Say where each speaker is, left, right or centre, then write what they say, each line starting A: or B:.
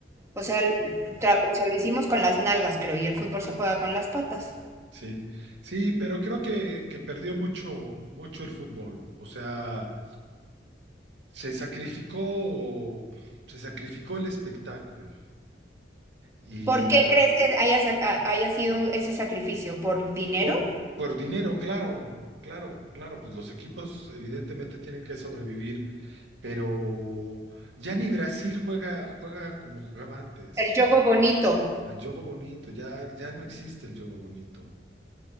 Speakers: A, on the right; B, on the right.
A: O sea, tra- o sea, lo hicimos con las nalgas, creo, y el fútbol se juega con las patas.
B: Sí, sí, pero creo que, que perdió mucho, mucho el fútbol. O sea, se sacrificó, se sacrificó el espectáculo. y
A: ¿Por qué crees que haya, sac- haya sido ese sacrificio? ¿Por dinero?
B: Por, por dinero, claro, claro, claro, pues los equipos evidentemente tienen que sobrevivir, pero ya ni Brasil juega, juega como jugaba antes.
A: El yogo bonito,
B: El juego bonito, ya, ya no existe el juego bonito.